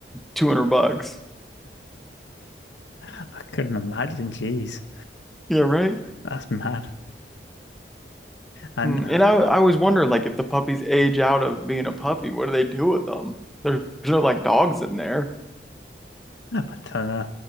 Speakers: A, in the centre; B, on the left (about 80°).
A: 200 bucks.
B: I couldn't imagine. Jeez,
A: Yeah, right.
B: that's mad. <laughs> And
A: Mm, And I, I always wonder, like, if the puppies age out of being a puppy, what do they do with them? There's no like dogs in there.
B: I don't know.